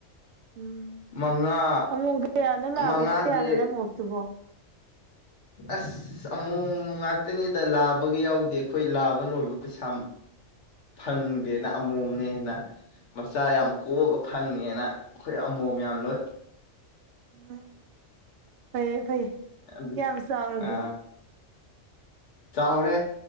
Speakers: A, on the right (about 70°); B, on the left (about 65°).
A: ꯎꯝ
B: ꯃꯉꯥ
A: ꯑꯃꯣꯝ ꯀꯌꯥꯅꯣ ꯂꯥꯕ
B: ꯃꯉꯥꯁꯦ
A: ꯀꯌꯥꯅꯣ ꯅꯪ ꯑꯣꯛꯇꯨꯕꯣ <inaudible>
B: ꯑꯁ ꯑꯃꯣꯝ ꯉꯥꯛꯇꯅꯤꯗ ꯂꯥꯕꯒ ꯌꯥꯎꯗꯦ ꯑꯈꯣꯏ ꯂꯥꯕ ꯂꯣꯏꯕ ꯄꯩꯁꯥ ꯐꯪꯗꯦꯅ ꯑꯃꯣꯝꯅꯦ ꯍꯦꯟꯅ ꯃꯆꯥ ꯌꯥꯝ ꯀꯣꯛꯑꯒ ꯐꯪꯉꯦꯅ ꯑꯈꯣꯏ ꯑꯃꯣꯝ ꯌꯥꯝ ꯂꯣꯏ
A: ꯎꯝ ꯐꯩꯌꯦ ꯐꯩꯌꯦ
B: ꯑꯗꯨ
A: ꯀꯌꯥꯝ ꯆꯥꯎꯔꯒꯦ
B: ꯑ ꯆꯥꯎꯔꯦ